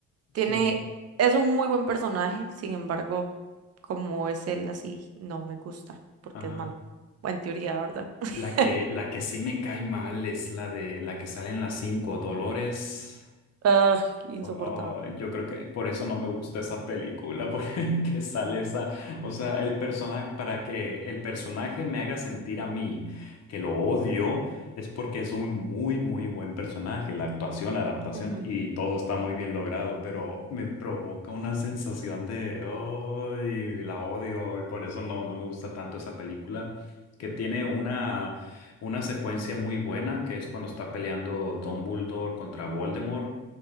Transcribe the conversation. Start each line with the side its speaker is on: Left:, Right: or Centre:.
Left: Sí,
Right: tiene, es un muy buen personaje, sin embargo, como es él así, no me gusta porque
Left: ajá.
Right: es malo. Bueno, en teoría, ¿verdad? <laughs>
Left: La que, la que sí me cae mal es la de la que sale en las cinco, Dolores.
Right: Ugh, insoportable.
Left: Ah, yo creo que por eso no me gusta esa película, <laughs> porque sale esa, o sea, el personaje, para que el personaje me haga sentir a mí que lo odio, es porque es un muy, muy buen personaje, la actuación, la adaptación
Right: Ujú,
Left: y todo está muy bien logrado, pero me provoca una sensación de, ay, la odio, y por eso no, no me gusta tanto esa película, que tiene una, una secuencia muy buena, que es cuando está peleando Dumbledore contra Voldemort.